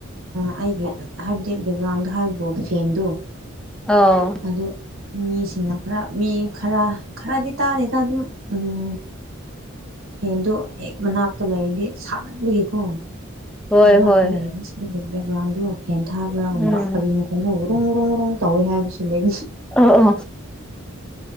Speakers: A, on the right; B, in the centre.
A: ꯑꯩꯒꯤ ꯍꯥꯏꯕꯗꯤ ꯕꯦꯕꯥꯥꯡꯗ ꯍꯥꯏꯕꯕꯣ ꯐꯦꯟꯗꯣ
B: ꯑꯣ
A: ꯑꯗꯣ ꯃꯤ ꯁꯤꯅ ꯈꯔ ꯃꯤ ꯈꯔ ꯈꯔꯗꯤ ꯇꯥꯗꯦꯗ ꯑꯗꯨꯝ ꯎꯝ ꯐꯦꯟꯗꯣ ꯍꯦꯛ ꯃꯅꯥꯛꯇ ꯂꯩꯔꯗꯤ ꯁꯥꯃꯟꯕꯒꯤꯀꯣ
B: ꯍꯣꯏ
A: ꯃꯅꯥꯛꯇ
B: ꯍꯣꯏ
A: ꯂꯩꯔ ꯁꯒꯤ ꯕꯦꯛꯒ꯭ꯔꯥꯎꯟꯗꯨꯒ ꯐꯦꯟ ꯊꯥꯕ꯭ꯔꯥꯒꯨꯝꯕ
B: ꯎꯝ
A: ꯀꯔꯤꯒꯨꯝꯕ ꯈꯣꯅ ꯔꯣꯡ ꯔꯣꯡ ꯔꯣꯡ ꯇꯥꯎꯋꯏ ꯍꯥꯏꯥ ꯄꯜ ꯂꯩ
B: ꯑ ꯑ